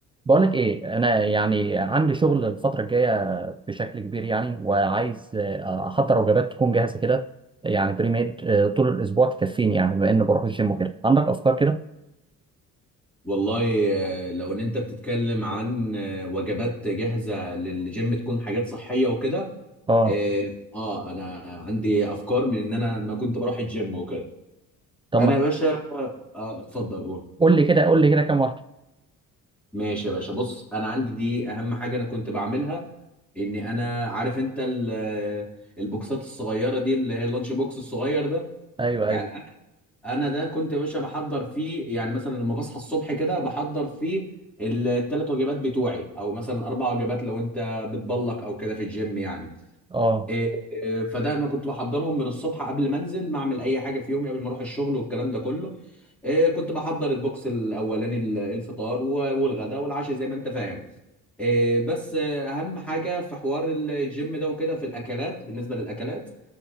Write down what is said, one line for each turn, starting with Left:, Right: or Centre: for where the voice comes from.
Right: بقولك ايه انا يعني عندي شغل الفتره الجايه بشكل كبير يعني وعايز آه، احضر وجبات تكون جاهزه كده يعني بري ميد آه، طول الاسبوع تكفيني يعني بما اني بروح الجيم وكده عندك افكار كده
Centre: والله آه، لو ان انت بتتكلم عن آه، وجبات جاهزة للجيم تكون حاجات صحية وكده
Right: اه
Centre: اه آه، انا عندي افكار من ان انا ما كنت بروح الجيم وكده
Right: طب
Centre: انا
Right: ما
Centre: يا باشا اه اتفضل قول
Right: قول لي كده قول لي كده كام واحده
Centre: ماشي يا باشا بص انا عندي دي اهم حاجة انا كنت بعملها ان انا عارف انت ال- آه، البوكسات الصغيرة دي اللي هي اللانش بوكس الصغير ده
Right: ايوه
Centre: بتاع
Right: ايوه
Centre: الاكل انا ده كنت يا باشا بحضر فيه يعني مثلا لما بصحى الصبح كده بحضر فيه الثلاث وجبات بتوعي او مثلا اربع وجبات لو انت بتبلك او كده في الجيم يعني
Right: اه
Centre: إيه إيه، فده انا كنت بحضرهم من الصبح قبل ما انزل ما اعمل اي حاجه في يومي قبل ما اروح الشغل والكلام ده كله إيه كنت بحضر البوكس الاولاني ال- الفطار و- والغداء والعشاء زي ما انت فاهم إيه بس آه، اهم حاجه في حوار الجيم ده وكده في الاكلات بالنسبه للاكلات